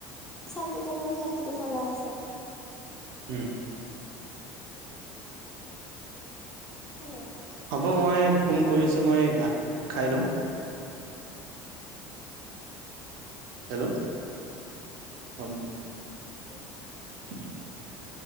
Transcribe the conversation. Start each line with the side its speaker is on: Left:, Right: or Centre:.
Centre: চাৰ্টিফিকেট লৈহে সেহতি চলাই আছে।
Right: উম।
Centre: সেনেকুৱা।
Right: হ'ব মই ফোন কৰি আছোঁ, মই ভাত খাই লওঁ। হেল্ল'?
Centre: হেল্ল'?
Right: হ'ব।
Centre: অ।
Right: <inaudible>